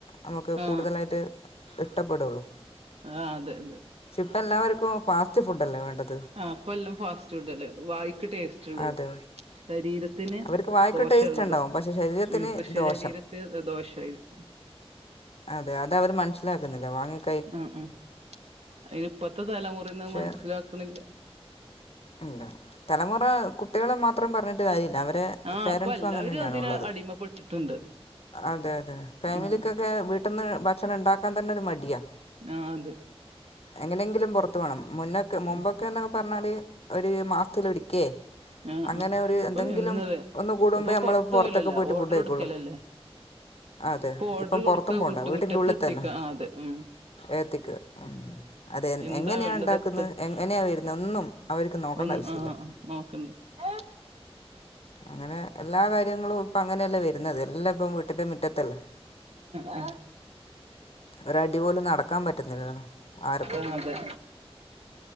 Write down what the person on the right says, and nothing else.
ആ
ആഹ അതെ അതെ
ആഹ അപ്പ എല്ലാം ഫാസ്റ്റ് ഫുഡ്ല്ലേ വായിക്ക് ടേസ്റ്റ് ള്ളത്
ശരീരത്തിന്
ദോഷ
ഉള്ളത്
ഉം കൃഷി
ശരീര ദോഷയിരിക്കും
ഉം ഉം അയിനി ഇപ്പത്തെ തലമുറന്ന്
മനസ്സിലാക്കണില്ല
ആ
ഇപ്പൊ എല്ലാവരും
അതിന് അടിമപ്പെട്ടിട്ടുണ്ട്
ഉം
ആഹ അതെ
ഉം
ആ
ആ
ഇപ്പൊ
എന്നത്
ഇപ്പൊ
പുറത്ത്
പോലല്ല
ഓർഡർ
കൊടുക്കലല്ലേ
ഇപ്പൊ ഓർഡർ
കൊടുക്ക
വീട്ടുമുറ്റത്ത്
എത്തിക്ക
ആ അതെ ഉം
എന്താ
വേണ്ടത്
ഒന്ന്
ആ ആ നോക്കണ്ട് ആ
ആ
ആ അതെ